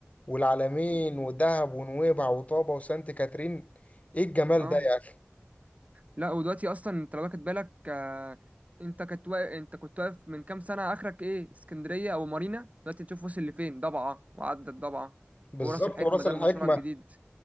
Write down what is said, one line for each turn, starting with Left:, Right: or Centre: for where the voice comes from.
Left: والعلمين
Right: و-
Left: ودهب ونويبع وطابة وسانت كاترين ايه الجمال
Right: اه
Left: ده يا
Right: لا ودلوقتي اصلا انت لو واخد بالك آه، انت كنت واقف انت كنت واقف من كام سنه اخرك ايه اسكندريه او مارينا دلوقتي تشوف وصل لفين ضبعه وعدت ضبعه
Left: بالظبط
Right: وراس الحكمه
Left: وراس
Right: ده
Left: الحكمة
Right: المشروع الجديد